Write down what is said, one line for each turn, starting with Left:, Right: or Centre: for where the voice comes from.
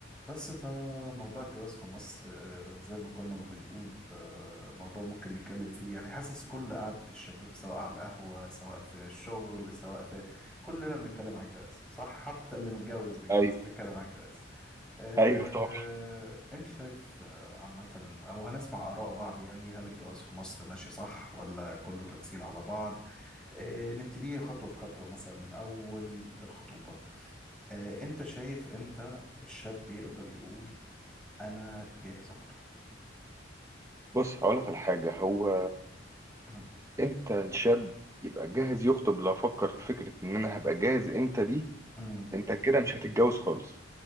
Centre: بس فموضوع الجواز في مصر آه، زي ما كنا ما بنقول آه، موضوع ممكن نتكلم فيه يعني حاسس كل قعدة الشباب سواء على القهوة سواء في الشغل سواء في كلنا بنتكلم على الجواز صح حتى اللي متجوز بيتجوز
Right: ايوه
Centre: بيتكلم على الجواز أه...
Right: ايوه طبعا
Centre: انت شايف آه، عامة او هنسمع آراء بعض يعني هل الجواز في مصر ماشي صح ولا كله تمثيل على بعض أه... نبتدي خطوة بخطوة مثلا من أول الخطوبة أه... انت شايف امتى الشاب يقدر يقول انا جاهز اخطب
Right: بص هقول لك على حاجه هو
Centre: أمم،
Right: انت الشاب يبقى جاهز يخطب لو فكر في فكره ان انا هبقى جاهز امتى دي
Centre: أمم.
Right: انت كده مش هتتجوز خالص